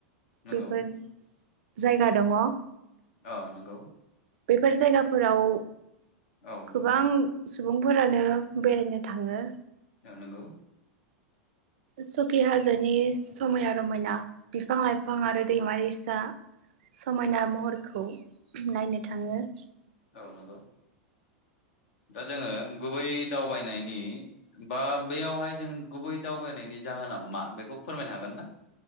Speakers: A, on the left; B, on the right.
A: नंगौ
B: बेफोर जायगा दङ।
A: औ नंगौ
B: बेफोर जायगाफोराव
A: औ
B: गोबां
A: नंगौ
B: सुबुंफोरानो बेरायनो थाङो।
A: औ नंगौ।
B: सखि हाजोनि समायना रमायना बिफां लाइफां आरो दैमा दैसा समायना महरखौ नायनो थाङो।
A: औ नंगौ दा जोङो गुबै दावबायनायनि बा बैयावहाय जों गुबै दावबायनायनि जाहोना मा बेखौ फोरमायनो हागोन ना